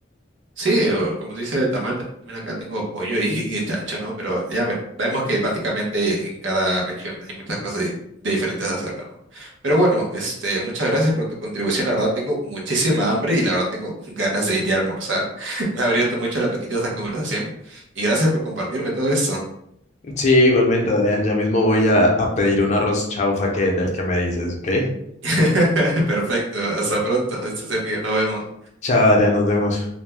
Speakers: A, on the right; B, on the left.
A: Sí, o como dice el tamal, también acá tengo pollo y, y chancho, ¿no? Pero ya ve- vemos que básicamente en cada región hay muchas cosas di- diferentes a hacerla, ¿no? Pero bueno, este, muchas gracias por tu contribución. La verdad tengo muchísima hambre y la verdad tengo <laughs> ganas de ir a almorzar. <laughs> Me ha abierto mucho el apetito esta conversación y gracias por compartirme todo esto.
B: Sí, igualmente, Adrián, ya mismo voy a, a pedir un arroz chaufa que del que me dices, ¿ok?
A: <laughs> Perfecto, hasta pronto, este Sergio, nos vemos.
B: Chao, Adrián, nos vemos.